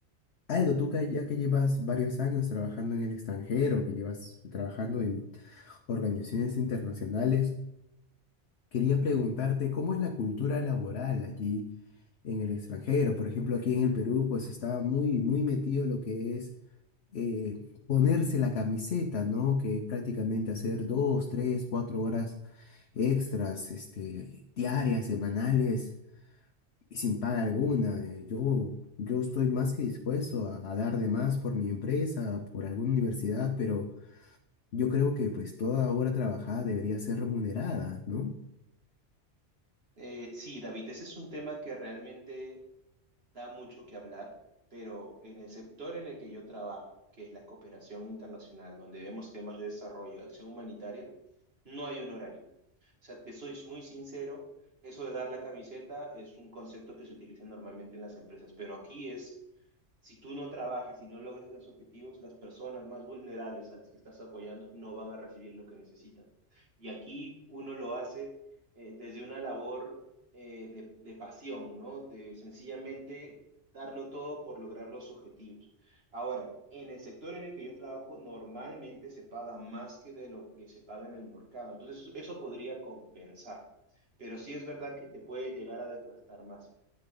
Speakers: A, on the left; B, on the right.
A: Aldo, tú que ya que llevas varios años trabajando en el extranjero, que llevas trabajando en organizaciones internacionales, quería preguntarte cómo es la cultura laboral allí en el extranjero. Por ejemplo, aquí en el Perú, pues está muy, muy metido lo que es eh, ponerse la camiseta, ¿no? Que es prácticamente hacer dos, tres, cuatro horas extras, este, diarias, semanales y sin paga alguna. eh, Yo, yo estoy más que dispuesto a, a dar de más por mi empresa, por alguna universidad, pero yo creo que pues toda hora trabajada debería ser remunerada, ¿no?
B: Eh, sí, David, ese es un tema que realmente da mucho que hablar, pero en el sector en el que yo trabajo, que es la cooperación internacional, donde vemos temas de desarrollo, acción humanitaria, no hay un horario. O sea, te soy muy sincero, eso de dar la camiseta es un concepto que se utiliza normalmente en las empresas, pero aquí es, si tú no trabajas y no logras los objetivos, las personas más vulnerables a las que estás apoyando no van a recibir lo que necesitan. Y aquí uno lo hace eh, desde una labor eh, de, de pasión, ¿no? De sencillamente darlo todo por lograr los objetivos. Ahora, en el sector en el que yo trabajo, normalmente se paga más que de lo que se paga en el mercado. Entonces, eso podría compensar. Pero sí es verdad que te puede llegar a desgastar más